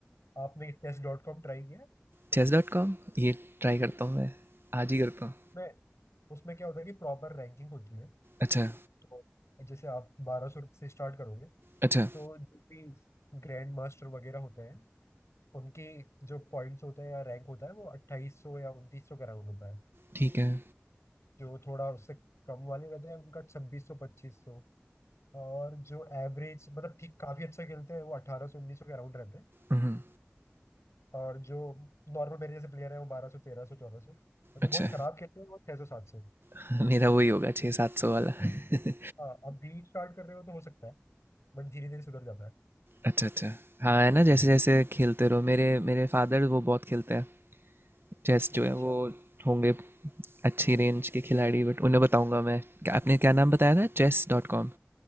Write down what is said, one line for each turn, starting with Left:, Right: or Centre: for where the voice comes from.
Left: आपने चेस डॉट कॉम ट्राई किया
Right: चेस डॉट कॉम ये ट्राई करता हूँ मैं आज ही करता हूँ
Left: मैं उसमें क्या होता है कि प्रॉपर रैंकिंग होती है
Right: अच्छा
Left: तो जैसे आप बारह सौ से स्टार्ट करोगे
Right: अच्छा
Left: तो जो भी ग्रैंड मास्टर वगैरह होते हैं उनकी जो पॉइंट्स होते हैं या रैंक होता है वो अट्ठाईस सौ या उनतीस सौ के अराउंड होता है
Right: ठीक है
Left: जो थोड़ा उससे कम वाले रहते हैं उनका छब्बीस सौ पच्चीस सौ और जो एवरेज मतलब ठीक काफी अच्छा खेलते हैं वो अठारह सौ उन्नीस सौ के अराउंड रहते हैं
Right: हम्म,
Left: और जो नॉर्मल मेरे जैसे प्लेयर है वो बारह सौ तेरह सौ चौदह सौ और जो
Right: अच्छा
Left: बहुत खराब खेलते हैं वो छह सौ सात सौ
Right: <laughs> मेरा वही होगा छः सात सौ वाला <laughs>
Left: हाँ अभी स्टार्ट कर रहे हो तो हो सकता है बट धीरे धीरे सुधर जाता है
Right: अच्छा अच्छा हाँ है ना जैसे
Left: हाँ।
Right: जैसे खेलते रहो मेरे मेरे फादर वो बहुत खेलते हैं चेस जो
Left: अच्छा
Right: है वो होंगे अच्छी रेंज के खिलाड़ी बट उन्हें बताऊंगा मैं क्या- आपने क्या नाम बताया था chess dot com